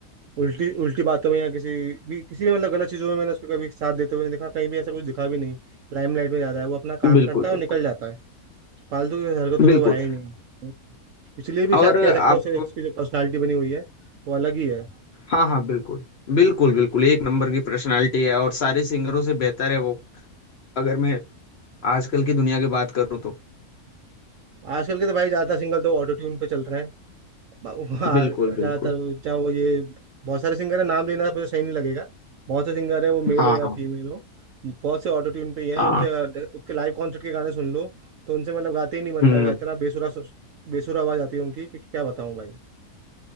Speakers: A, on the right; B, on the left.
A: उल्टी उल्टी बातों में या किसी भी किसी भी मतलब गलत चीज़ों में मैंने उसको कभी साथ देते हुए नहीं देखा कहीं भी ऐसा कुछ दिखा भी नहीं लाइमलाइट में ज्यादा है वो अपना काम
B: बिल्कुल
A: करता है
B: बिल्कुल
A: और निकल जाता है फालतू की हरकतों
B: बिल्कुल
A: में वो है ही नहीं इसलिए भी
B: और
A: शायद कह
B: आप
A: सकते हैं उसे उसकी जो पर्सनालिटी बनी हुई है वो अलग ही है
B: हाँ हाँ बिल्कुल बिल्कुल बिल्कुल एक नंबर की पर्सनालिटी है और सारे सिंगरों से बेहतर है वो अगर मैं आजकल की दुनिया की बात करूँ तो
A: आजकल के तो भाई ज्यादातर सिंगल तो ऑटो ट्यून पे चल रहे हैं ब- वहाँ
B: बिल्कुल बिल्कुल
A: ज्यादातर चाहे वो ये बहुत सारे सिंगर है नाम लेना मुझे सही नहीं लगेगा बहुत से सिंगर है वो मेल
B: हाँ
A: हो या
B: हाँ
A: फीमेल हो बहुत से ऑटो ट्यून पे ही हैं
B: हाँ
A: उनसे उनके लाइव कॉन्सर्ट के गाने सुन लो तो उनसे मतलब गाते ही नहीं बनता
B: हम्म
A: है इतना बेसुरा बेसुरा आवाज आती है उनकी कि क्या बताऊं भाई